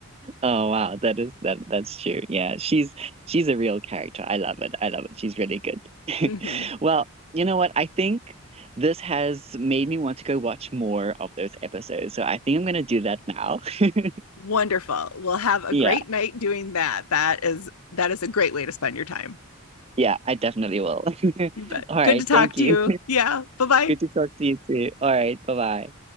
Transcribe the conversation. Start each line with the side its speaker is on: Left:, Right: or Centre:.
Right: Oh wow, that is that that's true. Yeah, she's she's a real character. I love it. I love it. She's really good. <laughs>
Left: <laughs> hmm
Right: Well, you know what? I think this has made me want to go watch more of those episodes. So I think I'm gonna do that now. <laughs>
Left: Wonderful. We'll have a
Right: Yeah,
Left: great night doing that. That is that is a great way to spend your time.
Right: yeah, I definitely will. <laughs>
Left: You bet.
Right: All right,
Left: Good to talk
Right: thank
Left: to
Right: you.
Left: you. Yeah. Bye bye.
Right: Good to talk to you too. All right, bye-bye.